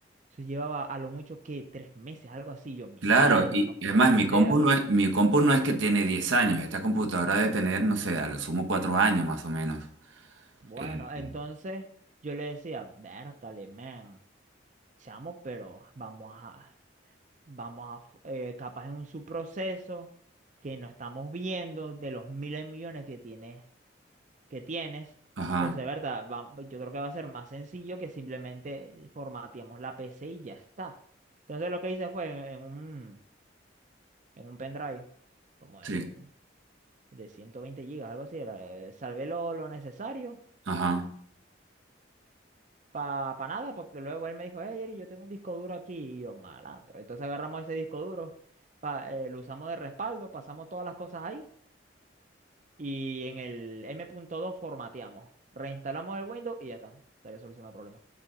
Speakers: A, on the right; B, on the right.
A: Eso llevaba a lo mucho que tres meses, algo así. Yo, mi
B: Claro,
A: alma,
B: y,
A: no
B: y
A: puede
B: además mi
A: ser.
B: compu no es, mi compu no es que tiene 10 años, esta computadora debe tener, no sé, a lo sumo cuatro años más o menos.
A: Bueno,
B: Eh,
A: entonces
B: eh,
A: yo le decía, Bertale, man, chamo, pero vamos a, vamos a, eh, capaz es un subproceso que no estamos viendo de los miles de millones que tiene que tienes.
B: ajá,
A: Entonces, de verdad, va- yo creo que va a ser más sencillo que simplemente formateamos la PC y ya está. Entonces, lo que hice fue en un, en un pendrive, como
B: sí,
A: de, de 120 gigas, algo así, era, eh, salvé lo, lo necesario
B: ajá.
A: para nada, porque luego él me dijo, hey, Eri, yo tengo un disco duro aquí, y yo, malandro. Entonces, agarramos ese disco duro, pa- eh, lo usamos de respaldo, pasamos todas las cosas ahí, y en el M punto dos formateamos, reinstalamos el Windows y ya está, estaría solucionado el problema.